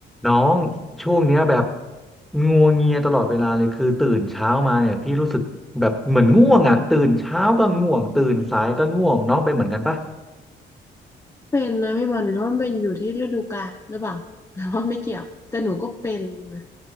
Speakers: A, in the centre; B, on the left.
A: น้องช่วงเนี้ยแบบงัวเงียตลอดเวลาเลยคือตื่นเช้ามาเนี่ยพี่รู้สึกแบบเหมือนง่วงอ่ะตื่นเช้าก็ง่วงตื่นสายก็ง่วงน้องเป็นเหมือนกันปะ
B: เป็นนะพี่บอลหรือว่ามันเป็นอยู่ที่ฤดูกาลหรือเปล่าหรือ <laughs> ว่าไม่เกี่ยวแต่หนูก็เป็นนะ